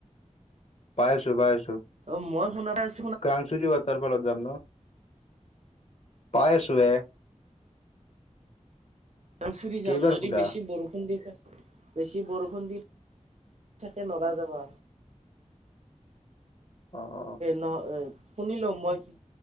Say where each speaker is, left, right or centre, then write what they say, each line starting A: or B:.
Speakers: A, on the left; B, on the right.
A: পাইছো পাইছো।
B: অ মই শুনা পাইছো।
A: ক্ৰাংচুৰি ৱাটাৰফলত যাম ন। পায় আছো এ।
B: ক্ৰাংচুুৰি যাম,
A: কেইবাৰ
B: যদি
A: সোধা
B: বেছি বৰষুণ দি থাকে - বেছি বৰষুণ দি থাকে নৰা যাবা।
A: অ অ,
B: নহয় এ শুনিল মই কি,